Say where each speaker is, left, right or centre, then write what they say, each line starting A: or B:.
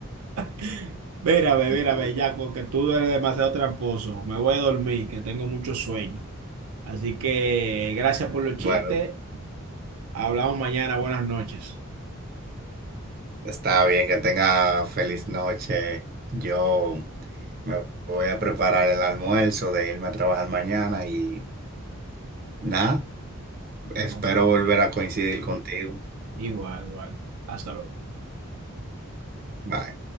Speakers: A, on the right; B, on the right.
A: <laughs> Mírame,
B: Sí.
A: mírame, ya porque tú eres demasiado tramposo. Me voy a dormir, que tengo mucho sueño. Así que gracias por los chistes.
B: Bueno,
A: Hablamos mañana. Buenas noches.
B: está bien, que tenga feliz noche. Yo me voy a preparar el almuerzo de irme a trabajar mañana y nada, espero
A: No,
B: volver a coincidir contigo.
A: igual, igual. Hasta luego.
B: Bye.